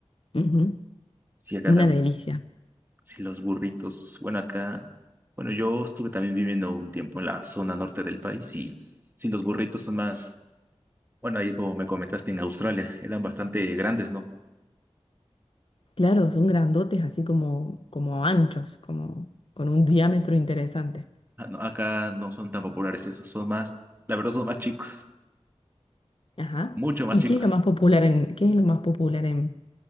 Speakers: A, on the left; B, on the right.
A: Ujú,
B: Sí, acá
A: Una
B: también.
A: delicia.
B: Sí, los burritos. Bueno, acá. Bueno, yo estuve también viviendo un tiempo en la zona norte del país y sí, los burritos son más. Bueno, ahí como me comentaste en Australia, eran bastante grandes, ¿no?
A: Claro, son grandotes, así como, como anchos, como con un diámetro interesante.
B: Ah, no, Acá no son tan populares esos, son más. La verdad, son más chicos,
A: Ajá.
B: mucho más
A: ¿Y
B: chicos.
A: qué es lo más popular en, qué es lo más popular en,